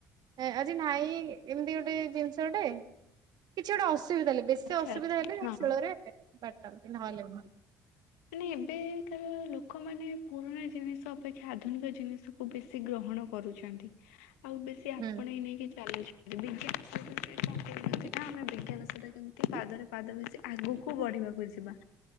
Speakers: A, on the right; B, on the left.
A: ଆ ଆଜି ନାହିଁ ଏମତି ଗୋଟେ ଜିନିଷ ଟେ କିଛି ଗୋଟେ ଅସୁ ବିଧା ହେଲେ ବେଶି
B: ଆଚ୍ଛା
A: ଅସୁବିଧା
B: ଆଚ୍ଛା
A: ହେଲେ
B: ହଁ।
A: ଶୀଳରେ ଏ ବାଟନ ନହେଲେ
B: ମାନେ ଏବେକାର ଲୋକମାନେ ପୁରୁଣା ଜିନିଷ ଅପେକ୍ଷା ଆଧୁନିକ ଜିନିଷକୁୁ ବେଶୀ ଗ୍ରହଣ କରୁଛନ୍ତି। ଆଉ ବେଶୀ ଆପଣେଇ
A: ହୁଁ
B: ନେଇକି ଚାଲୁ ବିଜ୍ଞାନ ସହିତ ସେ କଣ କରୁଚନ୍ତି ନା ଆମେ ବିଜ୍ଞାନ ସହିତ କେମତି ପାଦରେ ପାଦ ମିଶି ଆଗକୁ ବଢିବାକୁ ଯିବା